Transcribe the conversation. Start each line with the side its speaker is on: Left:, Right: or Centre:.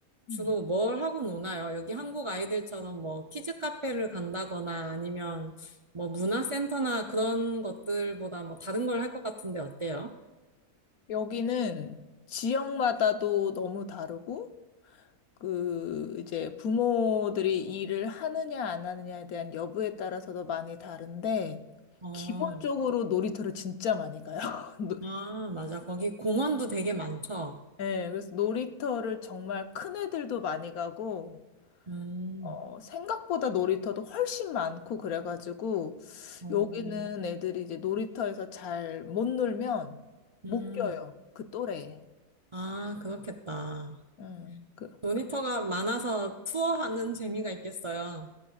Right: 주로
Left: 음.
Right: 뭘 하고 노나요? 여기 한국 아이들처럼 뭐 키즈 카페를 간다거나 아니면 뭐 문화센터나 그런 것들보다 뭐 다른 걸 할 것 같은데 어때요?
Left: 여기는 지역마다도 너무 다르고, 그, 이제 부모들이 일을 하느냐 안 하느냐에 대한 여부에 따라서도 많이 다른데,
Right: 어,
Left: 기본적으로 놀이터를 진짜 많이 가요. <laughs> 노-
Right: 아, 맞아. 거기 공원도 되게 많죠?
Left: 네, 그래서 놀이터를 정말 큰 애들도 많이 가고,
Right: 음,
Left: 어, 생각보다 놀이터도 훨씬 많고 그래가지고
Right: 어,
Left: 여기는 애들이 이제 놀이터에서 잘 못 놀면 못
Right: 음,
Left: 껴요. 그 또래에.
Right: 아, 그렇겠다.
Left: 음, 그,
Right: 모니터가 많아서 투어하는 재미가 있겠어요.